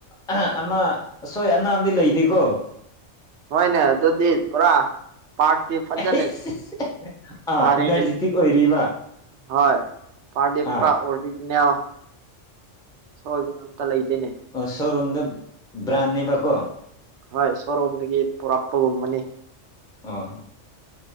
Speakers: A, in the centre; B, on the right.
A: ꯑꯍꯥ ꯑꯃ ꯑꯁꯣꯏ ꯑꯅꯥꯝꯗꯤ ꯂꯩꯇꯦꯀꯣ
B: ꯍꯣꯏꯅꯦ ꯑꯗꯨꯗꯤ ꯄꯨꯔꯥ ꯄꯥꯔꯠꯇꯤ ꯐꯖꯅ
A: ꯑꯩꯁ
B: ꯐꯔꯤꯅꯦ
A: ꯑꯥ ꯏꯅꯔꯖꯤꯇꯤꯛ ꯑꯣꯏꯔꯤꯕ
B: ꯍꯣꯏ ꯄꯥꯔꯗꯤ ꯄꯨꯔꯥ
A: ꯑꯥ
B: ꯑꯣꯔꯗꯤꯅꯦꯜ ꯁꯣꯏꯕ ꯑꯝꯇ ꯂꯩꯇꯦꯅꯦ
A: ꯑꯣ ꯁꯣꯔꯨꯝꯗ ꯕ꯭ꯔꯥꯟꯅꯦꯕꯀꯣ
B: ꯍꯣꯏ ꯁꯣꯔꯣꯝꯗꯒꯤ ꯄꯨꯔꯛꯄꯒꯨꯝꯕꯅꯤ
A: ꯑꯥ